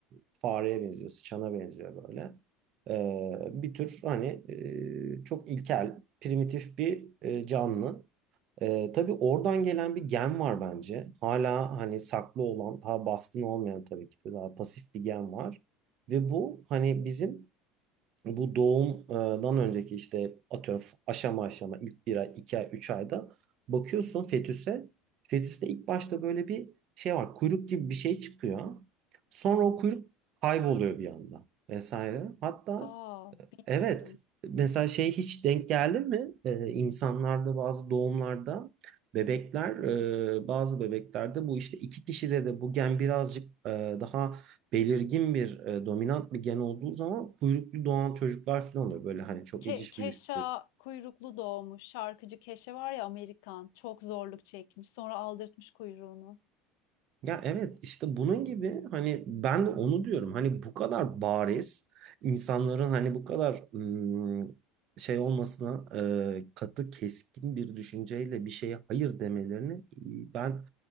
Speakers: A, on the right; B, on the left.
A: fareye benziyor, sıçana benziyor böyle. E, bir tür hani e, çok ilkel, primitif bir e, canlı. Ee, tabii oradan gelen bir gen var bence. Hala hani saklı olan, daha baskın olmayan tabii ki de daha pasif bir gen var. Ve bu hani bizim bu doğumdan önceki işte atıyorum aşama aşama ilk bir ay, iki ay, üç ayda bakıyorsun fetüse. Fetüste ilk başta böyle bir şey var. Kuyruk gibi bir şey çıkıyor. Sonra o kuyruk kayboluyor bir anda vesaire. Hatta
B: Aa, bilmiyordum.
A: Evet. Mesela şey hiç denk geldi mi? Ee, insanlarda bazı doğumlarda bebekler e, bazı bebeklerde bu işte iki kişide de bu gen birazcık e, daha belirgin bir e, dominant bir gen olduğu zaman kuyruklu doğan çocuklar falan oluyor. Böyle hani çok
B: Ke
A: eciş
B: Keşa
A: büyük
B: kuyruklu doğmuş. Şarkıcı Keşe var ya Amerikan. Çok zorluk çekmiş. Sonra aldırtmış kuyruğunu.
A: Ya evet işte bunun gibi hani ben de onu diyorum. Hani bu kadar bariz insanların hani bu kadar ım, şey olmasına e, katı keskin bir düşünceyle bir şeye hayır demelerini e, ben